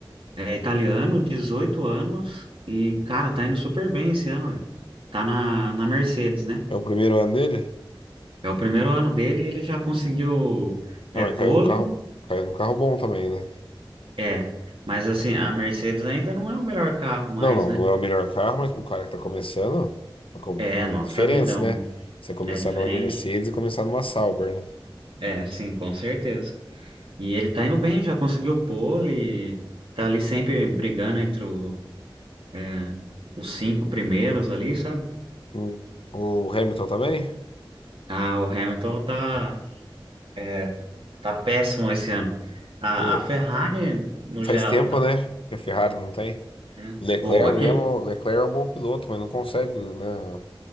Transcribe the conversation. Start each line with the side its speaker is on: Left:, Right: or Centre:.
Right: é italiano, 18 anos, e, cara, tá indo super bem esse ano, velho. Tá na, na Mercedes, né?
Left: É o primeiro ano dele?
Right: É o primeiro ano dele e ele já conseguiu é,
Left: Ah, mas
Right: pole,
Left: caiu num carro, caiu num carro bom também, né?
Right: é. Mas assim, a Mercedes ainda não é o melhor carro mais,
Left: Não, não,
Right: né?
Left: não é o melhor carro, mas para um cara que está começando, a co-
Right: É, nossa
Left: a diferença,
Right: vida, é um-
Left: né? Você começar
Right: é diferente.
Left: numa Mercedes e começar numa Sauber, né?
Right: É, sim, com certeza. E ele tá indo bem, já conseguiu pole, tá ali sempre brigando entre o, é, os cinco primeiros ali, sabe?
Left: Hum. O Hamilton também?
Right: Ah, o Hamilton tá, é, tá péssimo esse ano. A,
Left: O-
Right: a Ferrari, no
Left: Faz
Right: geral,
Left: tempo,
Right: tá.
Left: né? Que a Ferrari não tem.
Right: né?
Left: Leclerc
Right: O, aquele,
Left: mesmo, Leclerc é um bom piloto, mas não consegue, né?